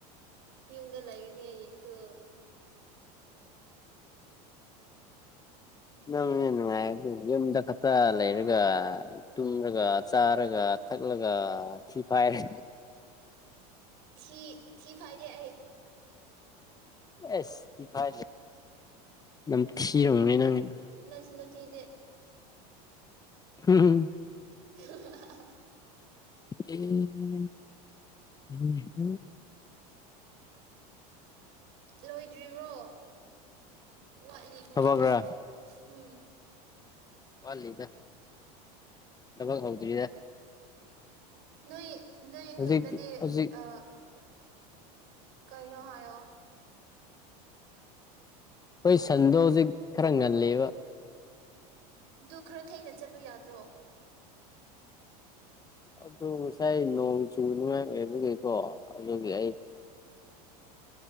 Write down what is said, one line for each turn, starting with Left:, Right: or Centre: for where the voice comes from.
Right: ꯏꯃꯗ ꯂ ꯂꯩꯒꯅꯤ ꯌꯦꯡꯁꯨ
Left: ꯅꯪꯅꯦ ꯅꯨꯡꯉꯥꯏ ꯑꯗꯨꯦ ꯌꯨꯝꯗ ꯈꯛꯇ ꯂꯩꯔꯒ ꯇꯨꯝꯔꯒ ꯆꯥꯔꯒ ꯊꯠꯂꯒ ꯊꯤ ꯐꯥꯏꯔꯦ
Right: ꯊꯤ ꯊꯤ ꯐꯥꯏꯗꯦ ꯍꯥꯏ
Left: ꯑꯦꯁ ꯏꯐ ꯅꯝ ꯊꯤꯔꯣꯡ ꯂꯩꯅꯉ
Right: ꯅꯝꯁꯤ ꯅꯝꯁꯤꯗꯦ
Left: ꯍꯝ
Right: <unintelligible> <inaudible>
Left: ꯍꯝꯝꯝ <inaudible>
Right: ꯂꯣꯏꯗ꯭ꯔꯤꯕ꯭ꯔꯣ ꯋꯥꯠꯂꯤꯕꯣ
Left: ꯊꯕꯛꯔꯥ
Right: ꯎꯝ
Left: ꯋꯥꯜ ꯏꯗ ꯇꯕꯒ ꯍꯧꯗ꯭ꯔꯤꯗ
Right: ꯅꯣꯏ ꯅꯣꯏ
Left: ꯍꯧꯖꯤꯛꯇꯤ
Right: ꯈꯨꯟꯗꯗꯤ
Left: ꯍꯧꯖꯤꯛ
Right: ꯑ ꯀꯩꯅꯣ ꯍꯥꯏꯣ
Left: ꯑꯩꯣꯏ ꯁꯟꯗꯣ ꯍꯧꯖꯤꯛ ꯈꯔ ꯉꯜꯂꯤꯕ
Right: ꯑꯗꯨ ꯈꯔ ꯊꯦꯡꯅ ꯆꯠꯄ ꯌꯥꯗ꯭ꯔꯣ
Left: ꯑꯗꯨ ꯉꯁꯥꯏ ꯅꯣꯡ ꯆꯨꯅꯤꯉꯥꯏ ꯑꯣꯏꯕꯒꯤꯀꯣ ꯑꯗꯨꯒꯤ ꯑꯩ